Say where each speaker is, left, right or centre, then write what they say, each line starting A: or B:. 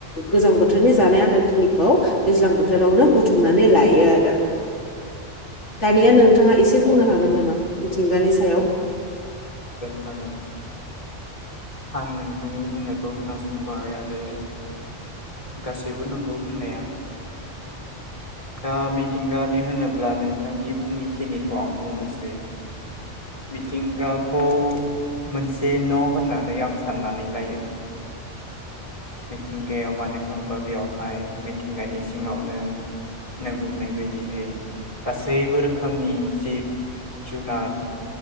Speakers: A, on the left; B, on the left.
A: गोजां बोथोरनि जानाय आदार खिनिखौ दैज्लां बोथोरावनो बुथुमनानै लायो आरो दानिया नों थाङा एसे बुंनो हागोन नामा मिथिंगानि सायाव
B: हागोन आं नोंथांनि बुंनायखौ खोनासंबाय आरो गासैबो नंगौ बुंनाया दा मिथिंगानि होनोब्ला नोंथांनि बुङिखिनिखौ आं बुंनोसै मिथिंगाखौ मोनसे न' होननानै आं साननानै लायो। मिथिंगायाव मानो होनबा बेवहाय मिथिंगानि सिङावनो नों बुंनाय बायदियै गासैबो रोखोमनि जिब जुनार